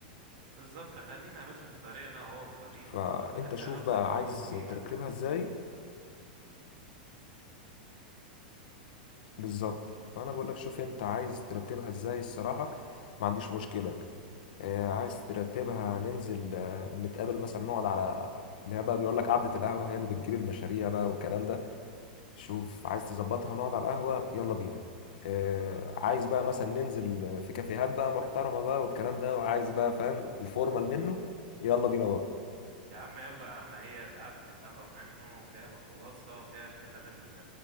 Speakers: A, on the right; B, on the left.
A: بالظبط خلينا يا باشا في طريقنا وهو في طريقه
B: فانت
A: وفي الاخر
B: شوف
A: هنوصل
B: بقى
A: لجملة
B: عايز
A: مفيدة
B: ترتبها
A: فاهم
B: ازاي بالظبط فانا بقول لك شوف انت عايز ترتبها ازاي الصراحة ما عنديش مشكلة آه، عايز ترتبها ننزل آه، نتقابل مثلا نقعد على اللي هي بقى بيقول لك قعدة القهوة هي اللي بتجيب المشاريع بقى والكلام ده شوف عايز تظبطها ونقعد على القهوة يلا بينا آه عايز بقى مثلا ننزل في كافيهات بقى محترمة بقى والكلام ده وعايز بقى فاهم الفورمال منه يلا بينا برضه
A: يا عم يلا يا عم هي قعدة القهوة منه وفيها الخلاصة وفيها الكلام ال-